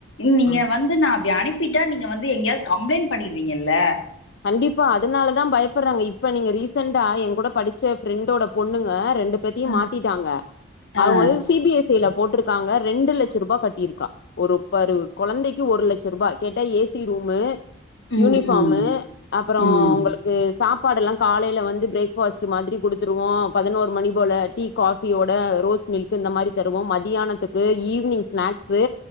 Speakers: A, on the left (about 80°); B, on the left (about 60°).
A: நீங்க
B: ம்
A: வந்து நா அப்டி அனுப் அனுப்பிட்டா நீங்க வந்து எங்கயாவது கம்ப்ளைண்ட் பண்ணிருவீங்கல்ல
B: கண்டிப்பா அதனால தா பயப்படுறாங்க இப்ப நீங்க ரீசெண்டா ஏ கூட படிச்ச ஃபிரெண்டோட பொண்ணுங்க ரெண்டு பத்தி
A: ம்.
B: மாத்திட்டாங்க அவங்க
A: ஆ
B: வந்து சி பி எஸ் சி ல போட்டிருக்காங்க ரெண்டு லட்ச ரூபா கட்டியிருக்கா ஒரு பரு கொழந்தைக்கு ஒரு லட்சோ ரூபா கேட்டா ஏ சி ரூமு
A: ம்
B: யூனிபார்மு
A: ம்
B: அப்றோ
A: ம்
B: உங்களுக்கு சாப்பாடு எல்லா காலைல வந்து பிரேக்பாஸ்ட் மாரி குடுத்துருவோ பதினோரு மணி போல டீ காபி யோட ரோஸ் மில்க் இந்த மாரி தருவோ மதியானத்துக்கு ஈவினிங் ஸ்நாக்ஸ்சு